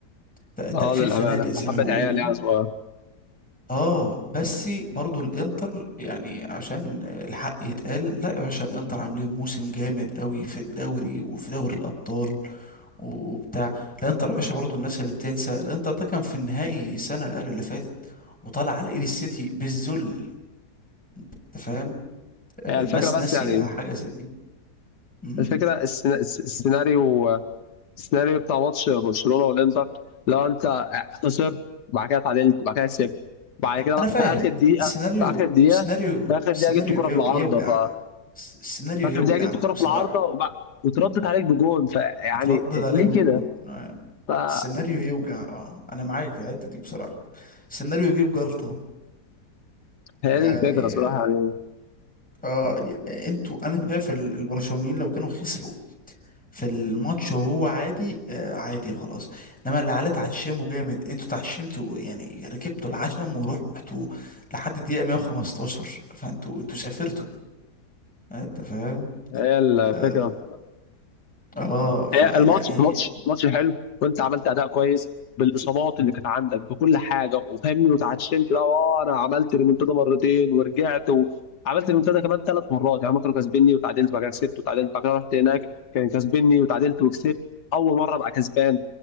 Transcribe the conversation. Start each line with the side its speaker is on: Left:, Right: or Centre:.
Centre: ت- تقفيل
Left: اه للامانه
Centre: فنادق زي
Left: بحبه
Centre: ما بيقولوا
Left: عيال
Centre: يعني
Left: يعني صغير
Centre: اه بس برضو الانتر يعني عشان الحق يتقال لا يا باشا الانتر عاملين موسم جامد قوي في الدوري وفي دوري الابطال وبتاع الانتر يا باشا برضو الناس اللي بتنسى الانتر ده كان في النهائي السنه اللي قبل اللي فاتت وطلع على ايد السيتي بالذل انت فاهم آه،
Left: هي
Centre: الناس
Left: الفكره بس
Centre: ناسيه
Left: يعني
Centre: حاجه زي دي امم
Left: الفكره السينا- الس- السيناريو السيناريو بتاع ماتش برشلونه والانتر لو انت خسرت بعد كده اتعادلت بعد كده كسبت بعد كده
Centre: انا
Left: بقى
Centre: فاهم
Left: في اخر دقيقه
Centre: السيناريو
Left: في اخر دقيقه
Centre: السيناريو
Left: في اخر
Centre: السيناريو
Left: دقيقه جبت كره
Centre: يو-
Left: في العارضه
Centre: يوجع
Left: ف
Centre: الس- السيناريو
Left: في اخر
Centre: يوجع
Left: دقيقه جبت كره
Centre: بصراحه
Left: في العارضه وبقى وتردت عليك بجون فيعني
Centre: اتردد عليك
Left: ليه
Centre: بجون
Left: كده؟
Centre: آه.
Left: فهي
Centre: السيناريو يوجع اه انا معاك في الحته دي بصراحه السيناريو يجيب جلطه
Left: دي
Centre: يعني
Left: الفكره صراحه يعني
Centre: اه يعني انتوا انا شايف ال- البرشلونيين لو كانوا خسروا في الماتش وهو عادي آه عادي خلاص انما اللي عليه تعشمه جامد انتوا تعشمتوا يعني ركبتوا العشم ورحتوا لحد الدقيقة 115 فانتوا انتوا سافرتوا آه، انت فاهم
Left: هي الفكره
Centre: اه, آه فيعني
Left: هي الماتش الماتش الماتش حلو وانت عملت اداء كويس بالاصابات اللي كانت عندك بكل حاجه وفهمني وتعشمت لا اه انا عملت ريمونتادا مرتين ورجعت وعملت ريمونتادا كمان ثلاث مرات يعني هما كانوا كاسبيني وتعادلت بعد كده كسبت وتعادلت بعد كده رحت هناك كان كاسبيني وتعادلت وكسبت اول مره ابقى كسبان